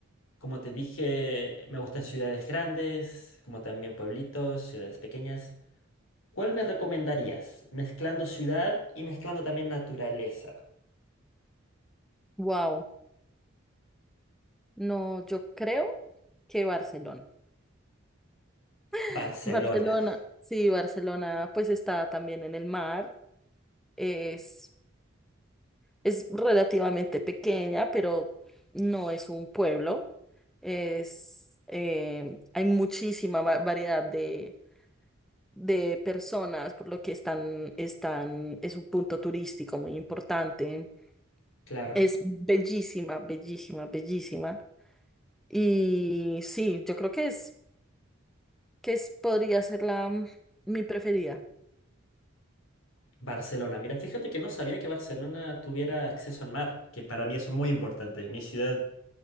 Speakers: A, on the left; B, in the centre.
A: como te dije, me gustan ciudades grandes, como también pueblitos, ciudades pequeñas, ¿cuál me recomendarías? Mezclando ciudad y mezclando también naturaleza.
B: wow. No, yo creo que Barcelona. <laughs>
A: Barcelona,
B: Barcelona, sí, Barcelona, pues está también en el mar, es Es relativamente pequeña, pero no es un pueblo. Es, eh, hay muchísima va- variedad de, de personas, por lo que están, están, es un punto turístico muy importante.
A: claro.
B: Es bellísima, bellísima, bellísima. Y sí, yo creo que es, que es, podría ser la, mm, mi preferida.
A: Barcelona, mira, fíjate que no sabía que Barcelona tuviera acceso al mar, que para mí es muy importante. Mi ciudad